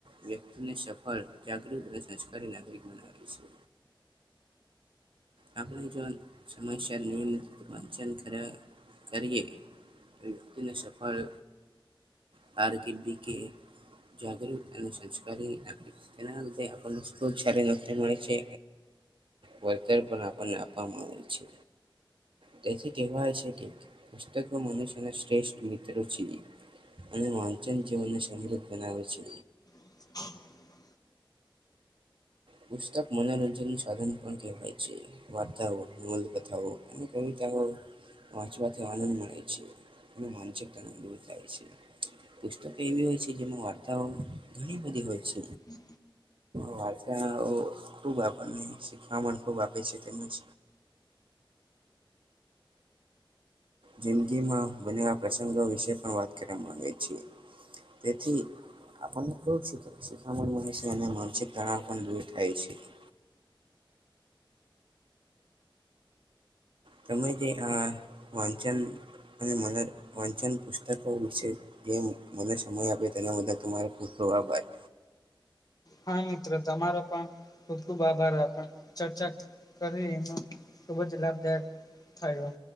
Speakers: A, on the right (about 75°); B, on the left (about 45°).
A: વ્યક્તિને સફળ જાગૃત અને સંસ્કારી નાગરિક બનાવે છે. આપણે જો સમસ્યા નિયમિત ર વાચન કરીએ. વ્યક્તિને સફળ કારકિર્દી કે જાગૃત અને સંસ્કારી તેનાને ખ સારી નોકરી મળે છે. વળતર પણ આપણને આપવામાં આવે છે. તેથી કહેવાય છે કે પુસ્તકવ મનુષ્યના શ્રેષ્ઠ મિત્રો છી. અને વાંચન જીવનને સમૃદ્ધ બનાવે છે.
B: <inaudible>
A: પુસ્તક મનોરંજન નું સાધન પણ કહેવાય છે, વાર્તાઓ, નલકથાઓ એ ત વાચત આનંદ મળે છે અને માનસિકતાને દૂર થાય છે પુસ્તક એવી હોય છે કે જેમાં વાર્તાઓ ઘણી બધી હોય છે
B: હમ
A: વાર્તાઓખુબ આપણને શીખણ તો આપે છે તેમજ જિંદગી માં બનેયા પ્રસંગો વિશે પણ વાત કરવામા આવે છે તેથી આપણને <inaudible> શિખામણ મળે છે અને માનસિક તણાવ પણ દૂર થાય છે <inaudible> તમે જે આ વાંચન અને મને વાંચન પુસ્તકો વિશે જે મને સમય આપયો તેના બદલે <unintelligible> દવાબાઈ
B: હા મિત્ર તમારો પણ ખુબ ખુબ આભાર આપ ચર્ચા કરીનો ખુબ જ લાભદાયક થાયયો